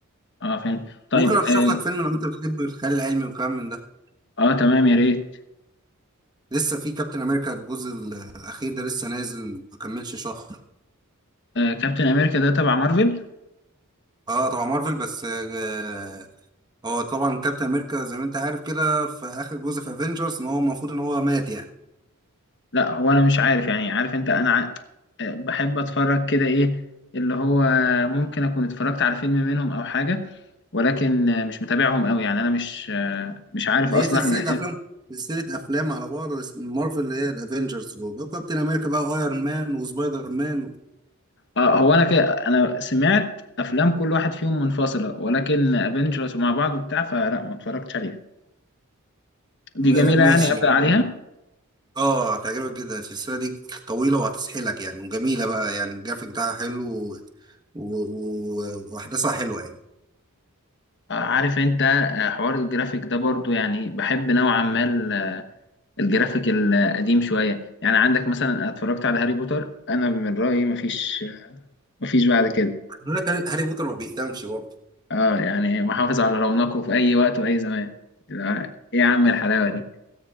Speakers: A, on the left; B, on the right.
A: اه فهمت طيب
B: ممكن ارشح
A: اه,
B: لك فيلم لو انت بتحب الخيال العلمي والكلام من ده
A: آه تمام يا ريت
B: لسه في كابتن امريكا الجزء الاخير ده لسه نازل ما كملش شهر
A: آه كابتن امريكا ده تبع مارفل
B: اه طبعا مارفل بس آه هو طبعا كابتن امريكا زي ما انت عارف كده في اخر جزء في افنجرز ان هو المفروض ان هو مات يعني
A: لا هو انا مش عارف يعني عارف انت انا ع... آه بحب اتفرج كده ايه اللي هو ممكن اكون اتفرجت على فيلم منهم او حاجة ولكن آه، مش متابعهم قوي يعني انا مش آه، مش عارف
B: هي
A: اصلا
B: سلسلة أفلام سلسلة أفلام على بعض بس من مارفل اللي هي الأفينجرز دول كابتن أمريكا بقى وأيرون مان وسبايدر مان و...
A: اه هو انا كده انا سمعت افلام كل واحد فيهم منفصله ولكن افنجرز ومع بعض وبتاع فلا ما اتفرجتش عليها
B: ما-
A: دي جميله
B: ماشي
A: يعني ابدا
B: يعني
A: عليها
B: اه هتعجبك جدا السلسلة دي طويلة وهتسحلك يعني وجميلة بقى يعني الجرافيك بتاعها حلو و... و... و... وأحداثها حلوة يعني
A: آه، عارف انت آه، حوار الجرافيك ده برضو يعني بحب نوعا ما ال- آه، الجرافيك القديم شويه يعني عندك مثلا أنا اتفرجت على هاري بوتر انا من رايي ما فيش ما فيش بعد كده
B: بيقول لك هاري هاري بوتر ما بيقدمش برضه
A: اه يعني محافظ على رونقه في اي وقت واي زمان لا، ايه يا عم الحلاوه دي